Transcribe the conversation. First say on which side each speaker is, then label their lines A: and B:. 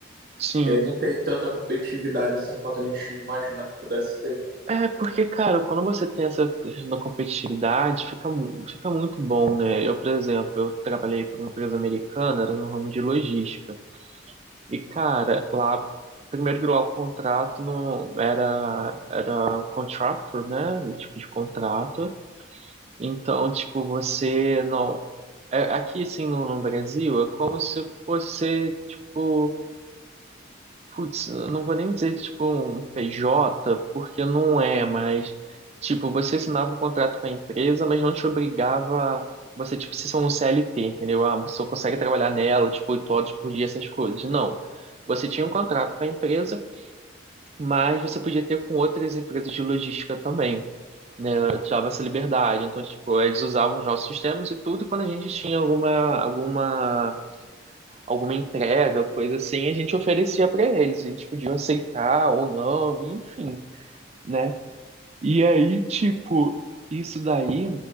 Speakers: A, on the right; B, on the right.
A: Sim.
B: E aí não tem tanta competitividade assim quanto a gente imagina que pudesse ter.
A: É, porque, cara, quando você tem essa questão da competitividade, fica, mu- fica muito bom, né? Eu, por exemplo, eu trabalhei para uma empresa americana, era no ramo de logística. E, cara, lá, primeiro que lá o contrato não era, era contractor, né? O tipo de contrato. Então, tipo, você não. é- Aqui, assim, no, no Brasil, é como se você, tipo. Putz, eu não vou nem dizer tipo é um PJ, porque não é, mas tipo, você assinava um contrato com a empresa, mas não te obrigava você, tipo, se são um CLT, entendeu? Ah, você só consegue trabalhar nela, tipo, oito horas por dia, essas coisas. Não. Você tinha um contrato com a empresa, mas você podia ter com outras empresas de logística também. Eu Te dava essa liberdade. Então, tipo, eles usavam os nossos sistemas e tudo, e quando a gente tinha alguma, alguma alguma entrega, coisa assim, a gente oferecia pra eles, e eles podiam aceitar ou não, enfim, né? E aí, tipo, isso daí